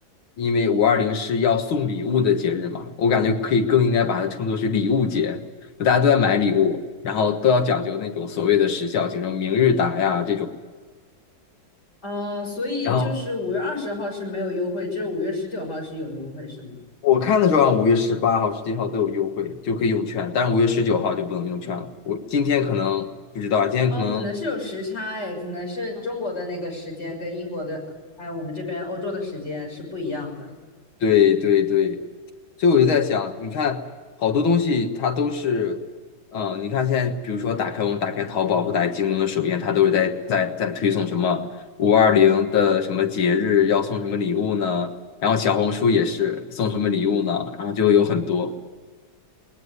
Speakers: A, on the left (about 80°); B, on the left (about 30°).
A: 因为五二零是要送礼物的节日嘛，我感觉可以更应该把它称作是礼物节，就大家都在买礼物，然后都要讲究那种所谓的时效性，什么明日达呀这种。
B: 哦，所以就是五月二十号是没有优惠，
A: 然后
B: 只有五月十九号是有优惠，是吗？
A: 我看的时候啊，五月十八号、十七号都有优惠，就可以用券，但是五月十九号就不能用券了。我今天可能不知道，今天可能
B: 哦，可能是有时差哎，可能是中国的那个时间跟英国的，还有我们这边欧洲的时间是不一样的。
A: 对对对，所以我就在想，你看好多东西它都是，嗯、你看现在比如说打开我们打开淘宝或打开京东的首页，它都是在在在推送什么五二零的什么节日要送什么礼物呢？然后小红书也是送什么礼物呢？然后就有很多，